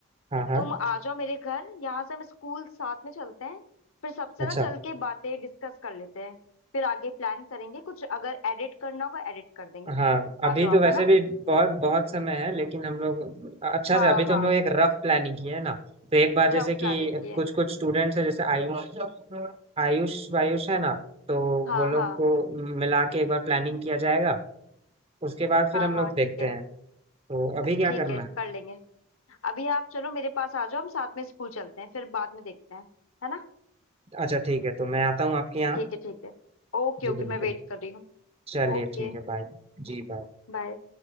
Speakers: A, on the right; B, on the left.
A: हाँ हाँ
B: तुम आ जाओ मेरे घर यहाँ से हम स्कूल साथ में चलते हैं फिर सबसे
A: अच्छा
B: ना चल के बातें डिस्कस कर लेते हैं फिर आगे प्लान करेंगे कुछ अगर एडिट करना होगा एडिट कर देंगे
A: हाँ अभी
B: आ जाओ आप
A: तो वैसे
B: है ना
A: भी बहुत बहुत समय है लेकिन हम लोग अच्छा
B: हाँ
A: से अभी तो
B: हाँ
A: हम लोग एक रफ प्लानिंग की है ना तो एक बार
B: रफ
A: जैसे कि
B: प्लानिंग की है
A: कुछ कुछ स्टूडेंट्स है जैसे आयुष आयुष वायुष है ना तो
B: हाँ
A: वो लोग
B: हाँ
A: को मिला के एक बार प्लानिंग किया जाएगा उसके बाद फिर
B: हाँ
A: हम
B: हाँ
A: लोग देखते
B: ठीक है
A: हैं तो अभी क्या
B: ठीक
A: करना
B: है
A: है
B: कर लेंगे अभी आप चलो मेरे पास आ जाओ हम साथ में स्कूल चलते हैं फिर बाद में देखते हैं है ना
A: अच्छा ठीक है तो मैं आता हूँ आपके यहाँ
B: ठीक है ठीक है ओके
A: जी
B: ओके
A: बिल्कुल
B: मैं वेट कर रही हूँ
A: चलिए
B: Okay
A: ठीक है बाय जी बाय
B: bye